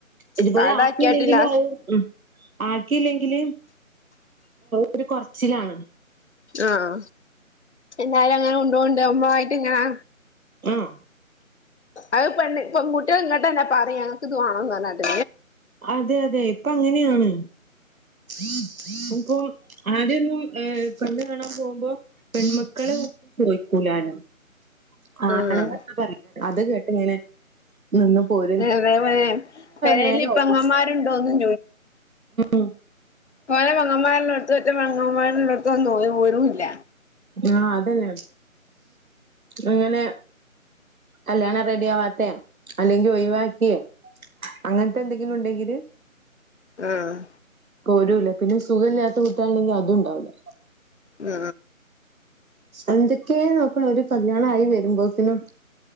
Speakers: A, on the right; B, on the left.
A: ഇതുപോലെ
B: കടാക്കിയാട്ടില്ല
A: ആക്കിയില്ലെങ്കിലും <unintelligible> ല്ലെങ്കില് ഒരു കൊറച്ചിലാണ്
B: ആഹ എന്നാലും അങ്ങനെ ഉണ്ടണ്ട്പയിട്ട് ഇങ്ങനാ
A: ആഹ
B: അത് പെണ്ണ ഇപ്പൊ മുട്ടിക ഇങ്ങട്ട തന്നെ പറയുംഞനക്ക് ഇത് വാണം പറഞ്ഞാട്ട്
A: അതെ അതെ ഇപ്പൊ അങ്ങനെയാണ് ഇമപ്പൊ ആദ്യൊന്നും പെണ്ണ് കാണാൻ പോകുമ്പോ പെൺമക്കളെ ചോയിക്കൂലാനും
B: ഉം
A: ആണ
B: ഉം
A: പറ അത് കേട്ട് ഇങ്ങനെ നിന്ന പോര
B: അതേപോലെ പെരേല്
A: നേര ഓപ്പോസിറ്റ
B: പെങ്ങന്മാരുണ്ടോന്നും
A: ഉ
B: പോനെ മങ്ങന്മാല്ലള്ളോടത്തും മറ്റേ മങ്ങമാരിള്ളോടത്തന്നോ പോരും ഇല്ല
A: ആഹ അതന്നെ അങ്ങനെ കല്യാണ റെഡിയ ആവത്ത അല്ലെങ്കി ഒഴിവാക്കിയ അങ്ങനത്തെ എന്തെങ്കിലും ണ്ടെങ്കില്
B: ആഹ്
A: പോരൂല പിന്നെ സുഖ ഇില്ലാത്ത കുട്ടികളുണ്ടെങ്കിൽ അതുംണ്ടാവില്ല
B: ഉം
A: എന്തൊക്കെയ നോക്കണ ഒരു കല്യാണമായി വരുമ്പോക്കിനും